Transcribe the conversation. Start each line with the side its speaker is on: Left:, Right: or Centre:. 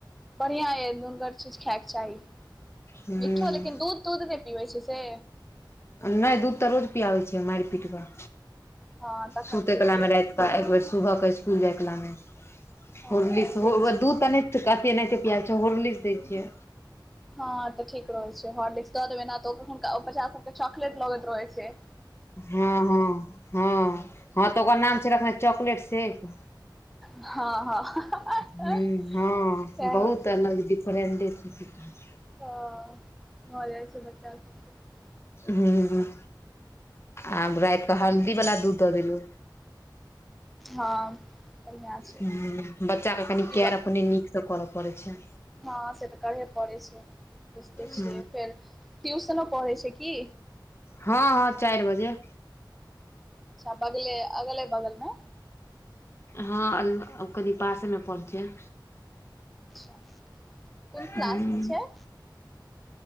Centre: बढ़ियाँ अय नुनगर चीज खायके चाही
Left: हूँ
Centre: मिठो लेकिन दूध दूध नय पीबै छैय से।
Left: नय दूध त रोज पियाबै छियै माइर पीट क।
Centre: हँ तखन
Left: सुतै
Centre: ठीक
Left: कलामे
Centre: य तऽ
Left: रातिकऽ एक बेर सुबहके स्कुल जाय कलामे।
Centre: हँ
Left: होर्लिक्स
Centre: तऽ ठीक
Left: हो उहो
Centre: छै
Left: दूध त नै अते एनाहिते पिया छैय होर्लिक्स दै छियै।
Centre: हँ त ठीक रहे छैय हॉर्लिक्स दऽ देबै ने तऽ हुनका ओ बच्चा सबके चॉकलेट लगैत रहै छैय।
Left: हँ- हँ -हँ -हँ त ओकर नाम छैय रखने चॉकलेट शेक।
Centre: हँ- हँ। हँ
Left: हम्म हँ
Centre: सएह
Left: बहुत
Centre: होइ छै
Left: अलग डिफरेंडे छैय कि कहु।
Centre: हँ भ जाइ छैय बच्चा। सबके
Left: हूँ-हूँ। आब राइत क हल्दीवला दूध द देलु।
Centre: हँ बढ़िआँ छै
Left: हूँ बच्चा के कनि
Centre: पीबऽ
Left: केयर अपने नीक स करऽ पड़े छैय।
Centre: हँ से त करहे पड़ै छैय बुझिते छियै
Left: ह
Centre: फेर ट्यूशनो पढ़ै छैय की।
Left: हँ-हँ चाइर बजे।
Centre: अच्छा बगले अगले बगलमे।
Left: हँ अल कनि पासेमे परे छैय।
Centre: अच्छा कोन
Left: हूं,
Centre: क्लासमे छैय।